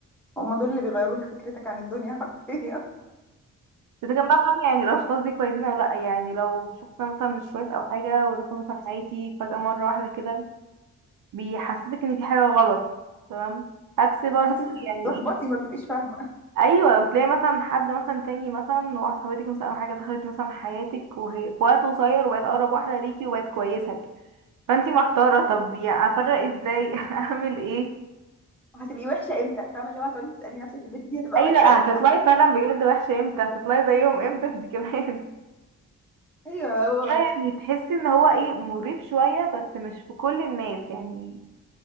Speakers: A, in the centre; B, on the right (about 70°).
A: وهم دول اللي بيغيروا لك فكرتك عن الدنيا حرفيا
B: اذا كان بقى فاهمة يعني الاشخاص دي كويسين او لا يعني لو شخص ده مثلا مش كويس او حاجة ودخل مثلا حياتي فجأة مرة واحدة كده بيحسسك ان في حاجة غلط تمام عكس
A: <laughs>
B: برضه
A: انتي بتتلخبطي
B: يعني ايه
A: ما بتبقيش فاهمه
B: ايوه وتلاقي مثلا حد مثلا تاني مثلا واحدة صاحبتك مثلا او حاجة دخلت مثلا حياتك وهي في وقت قصير وبقت اقرب واحدة ليكي وبقت كويسة فانتي محتارة طب يعني افرق ازاي <laughs> اعمل ايه
A: هتبقي وحشه امتى فاهمه اللي هو هتقعدي تسالي نفسك البت دي هتبقى
B: ايوه
A: وحشه
B: هتطلعي
A: امتى
B: فعلا بجد وحشة امتى هتطلعي زيهم امتى انت كمان
A: <laughs> ايوه هو
B: اه يعني تحس ان هو ايه مريب شوية بس مش في كل الناس يعني